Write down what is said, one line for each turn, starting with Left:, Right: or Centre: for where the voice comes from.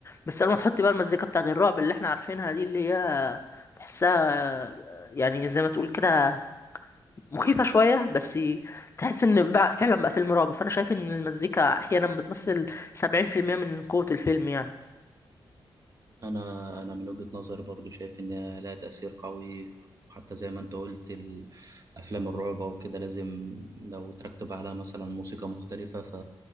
Left: بس لما تحط بقى المزيكا بتاعت الرعب اللي إحنا عارفينها دي اللي هي تحسها آه، يعني زي ما تقول كده مخيفة شوية بس تحس ان بقى فعلا بقى فيلم رعب فانا شايف ان المزيكا احيانا بتمثل سبعين في المية من قوة الفيلم يعني
Right: انا انا من وجهة نظري برضو شايف ان لها تأثير قوي وحتى زي ما انت قلت ال- افلام الرعب وكده لازم لو تركب عليها مثلا موسيقى مختلفة ف